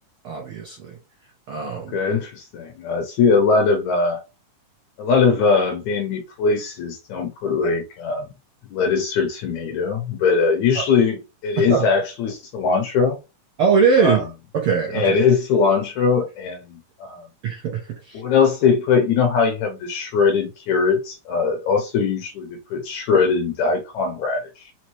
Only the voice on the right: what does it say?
obviously. Um,
<laughs>
Oh.
oh, it is.
Okay,
okay.
<laughs>